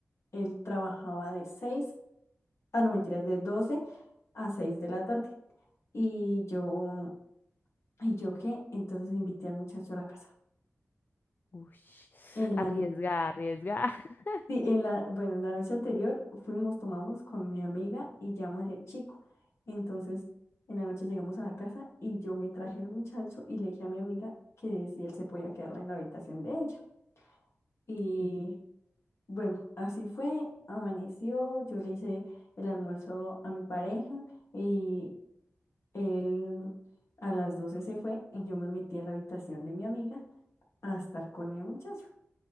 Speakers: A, on the left; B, on the left.
A: él trabajaba de 6 ah, no, mentiras, de 12 a seis de la tarde. Y yo, ¿y yo qué? Entonces invité al muchacho a la casa.
B: Ush,
A: En la,
B: Arriesga,
A: n-
B: arriesga. <laughs>
A: sí, en la, bueno, en la noche anterior fuimos, tomamos con mi amiga y llamamos al chico. Entonces, en la noche llegamos a la casa y yo me traje al muchacho y le dije a mi amiga que si él se podía quedarla en la habitación de ella. Y
B: Sí,
A: Bueno, así fue, amaneció, yo le hice el almuerzo a mi pareja y él a las 12 se fue y yo me metí a la habitación de mi amiga a estar con el muchacho.